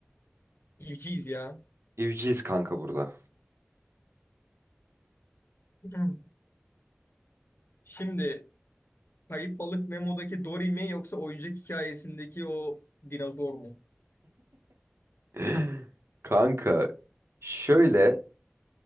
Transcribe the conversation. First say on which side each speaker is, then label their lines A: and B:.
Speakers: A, on the left (about 65°); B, on the right (about 85°).
A: Eve'ciyiz ya. <clears throat>
B: evciyiz kanka burada.
A: Hmm. Şimdi Kayıp Balık Nemo'daki Dory mi yoksa oyuncak hikayesindeki o dinozor mu?
B: <gasps> <laughs> Kanka şöyle